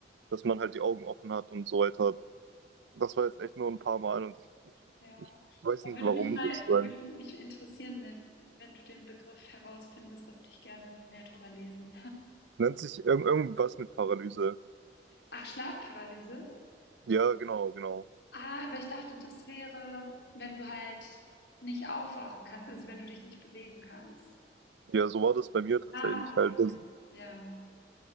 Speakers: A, on the right (about 80°); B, on the left (about 70°).
A: dass man halt die Augen offen hat und so weiter. Das war jetzt echt nur ein paar Mal und ich, ich,
B: Ja.
A: ich weiß
B: Aber
A: nicht
B: Würde
A: warum
B: mich mal,
A: sozusagen.
B: würde mich interessieren, wenn, wenn du den Begriff herausfindest, da würde ich gerne mehr drüber lesen.
A: Nennt sich irg irgendwas mit Paralyse.
B: Ach, Schlafparalyse?
A: Ja, genau, genau.
B: Ah, aber ich dachte, das wäre, wenn du halt nicht aufwachen kannst, also wenn du dich nicht bewegen kannst.
A: Ja, so war das bei mir tatsächlich
B: Ah, okay.
A: halt. Das,
B: Ja,